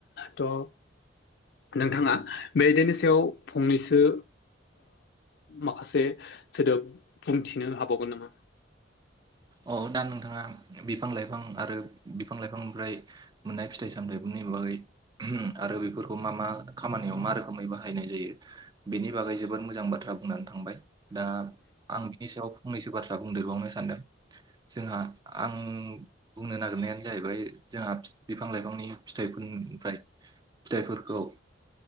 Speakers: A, on the left; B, on the right.
A: थ नोंथाङा बेदिनो सायाव फंनैसो माखासे सोदोब बुंथिनो हाबावगोन नामा
B: औ दा नोंथाङा बिफां लाइफां आरो बिफां लाइफांनिफ्राय मोननाय फिथाइ सामथायफोरनि बागै आरो बेफोरखौ मा मा खामानियाव मा रोखोमै बाहायनाय जायो बिनि बागै जोबोद मोजां बाथ्रा बुं नानै थांबाय दा आं बिनि सायाव फंनैसो बाथ्रा बुंदेरबावनो सानदों जोंहा आं बुंनो नागिरनायानो जाहैबाय जोंहा बिफां लाइफांनि फिथाइफोरनिफ्राय फिथाइफोरखौ